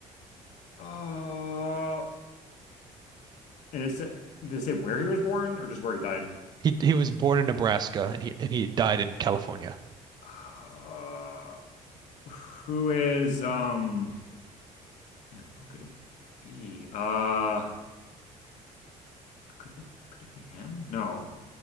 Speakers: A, on the left; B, on the right.
A: Uh, and it said did they say where he was born or just where he died?
B: He he was born in Nebraska and he and he died in California.
A: Uh, who is um? Yeah, who could it be? Uh, could it could it be him? No.